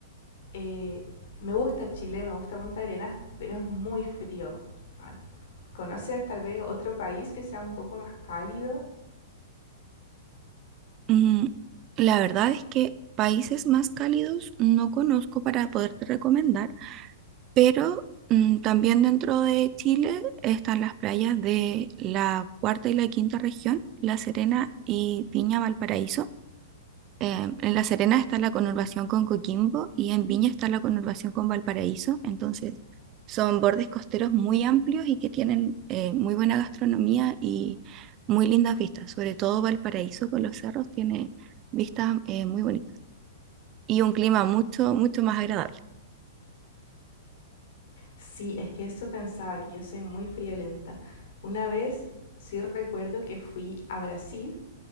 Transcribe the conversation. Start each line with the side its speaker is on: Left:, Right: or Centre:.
Left: Eh, me gusta Chile, me gusta Punta Arenas, pero es muy frío. Ah, ¿Conoces tal vez otro país que sea un poco más cálido?
Right: Mm, la verdad es que países más cálidos no conozco para poderte recomendar, pero mm, también dentro de Chile están las playas de la cuarta y la quinta región, La Serena y Viña Valparaíso. Eh, en La Serena está la conurbación con Coquimbo y en Viña está la conurbación con Valparaíso. Entonces, son bordes costeros muy amplios y que tienen eh, muy buena gastronomía y muy lindas vistas. Sobre todo Valparaíso con los cerros tiene vistas eh, muy bonitas y un clima mucho, mucho más agradable.
Left: Sí, es que eso pensaba, que yo soy muy friolenta. Una vez sí recuerdo que fui a Brasil,